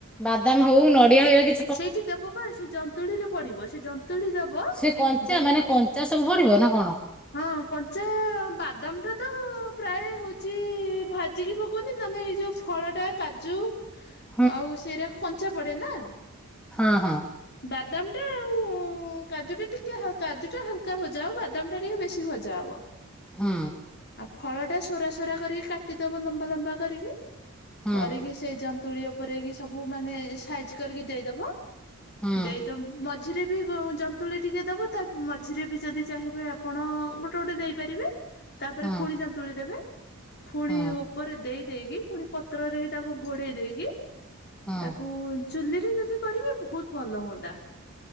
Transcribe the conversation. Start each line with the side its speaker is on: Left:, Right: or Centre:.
Centre: ବାଦାମ ହଉ ନଡିଆ ହେରାକି
Left: ସେଇଠି ଦବବା ସେ ଜନ୍ତୁଳି ରେ ପଡିବ ସେ ଜନ୍ତୁଳି ଦେବ
Centre: ସେ କଞ୍ଚା
Left: ଦେ
Centre: ମାନେ କଞ୍ଚା ସବୁ ପଡିବ ନା କଣ
Left: ହଁ କଞ୍ଚା ବାଦାମ ଟା ତ ପ୍ରାୟ ହଉଛି ଭାଜିକି ପକଉଛନ୍ତି ନହେଲେ ଏଇ ଯୋଉ ଫଳଟା କାଜୁ
Centre: <inaudible>
Left: ଆଉ ସେରା କଞ୍ଚା ପଡେ ନା
Centre: ହଁ ହଁ
Left: ବାଦାମ ଟା ଆଉ କାଜୁ ଟା ଟିକେ ହାଲକା କାଜୁ ଟା ହାଲକା ଭଜା ହେବ ବାଦାମ ଟା ଟିକେ ବେଶୀ ଭଜା ଜା ହେବ
Centre: ହୁଁ
Left: ଫଳ ଟା ସୋରା ସୋରା କରିକି କାଟିଦବ ଲମ୍ବା ଲମ୍ବା କରିକି
Centre: ହୁଁ
Left: କରିକି ସେଇ ଜନ୍ତୁଳି ଉପରେ କି ସବୁ ମାନେ ସାଇଜ କରିକି ଦେଇଦବ
Centre: ହୁଁ
Left: ଦେଇଦବ ମ ମଝିରେ ବି ଜନ୍ତୁଳି ଟିକେ ଦେବ ତା ମଝିରେ ବି ଯଦି ଚାହିଁବେ ଆପଣ ଗୋଟେ ଗୋଟେ ଦେଇପାରିବେ ତାପରେ
Centre: ହୁଁ
Left: ଫୁଣି ଯନ୍ତୁଳି ଦେବେ ଫୁଣି
Centre: ହୁଁ
Left: ଉପରେ ଦେଇ ଦେଇକି ପୁଣି ପତ୍ରରେଯେ ତାକୁ ଘୋଡ଼େଇ ଦେଇକି
Centre: ହୁଁ
Left: ତାକୁ ଚୁଲିରେ ଯଦି କରିବେ ବହୁତ ଭଲ ହୁଅନ୍ତା